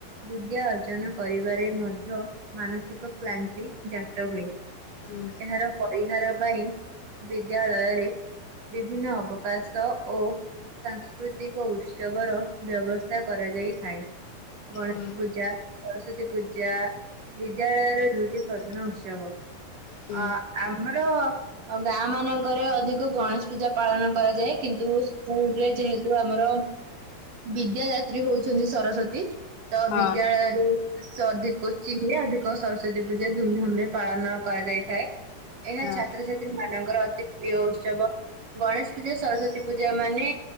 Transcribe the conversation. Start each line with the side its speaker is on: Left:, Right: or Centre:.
Right: ବିଦ୍ୟା ଅର୍ଜନ କରିବାରେ ମଧ୍ୟ ମାନସିକ କ୍ଳାନ୍ତି ଜାତ ହୁଏ।
Left: ହୁଁ
Right: ଏହାର ପରିହାର ପାଇଁ ବିଦ୍ୟାଳୟରେ ବିଭିନ୍ନ ଅବକାଶ ଓ ସଂସ୍କୃ ତିକ ଉତ୍ସବର ବ୍ୟବସ୍ଥା କରାଯାଇଥାଏ। ଗଣେଶ
Left: ହୁଁ
Right: ପୂଜା ସରସ୍ଵତୀ ପୂଜା ବିଦ୍ୟାଳୟର ଦୁଇଟି ପ୍ରଧାନ ଉତ୍ସବ।
Left: ହୁଁ
Right: ଅ ଆମର ଗାଁ ମାନଙ୍କରେ ଅଧିକ ଗଣେଶ ପୂଜା ପାଳନ କରାଯାଏ କିନ୍ତୁ ସ୍କୁଲରେ ଯେହେ ଯଉ ଆମର ବିଦ୍ୟା ଦାତ୍ରୀ ହଉଛନ୍ତି ସରସ୍ଵତୀ ତ
Left: ହଁ
Right: ବିଦ୍ୟାଳୟରୁ ଅଧିକ କୋଚିଙ୍ଗରେ ଅଧିକ ସରସ୍ଵତୀ ପୂଜା ଧୁମଧାମରେ ପାଳନ କରାଯାଇଥାଏ। ଏହା
Left: ହଁ
Right: ଛାତ୍ରଛାତ୍ରୀ ମାନଙ୍କର ଅତି ପ୍ରିୟ ଉତ୍ସବ। ଗଣେଶ ପୂଜା ସରସ୍ଵତୀ ପୂଜା ମାନେ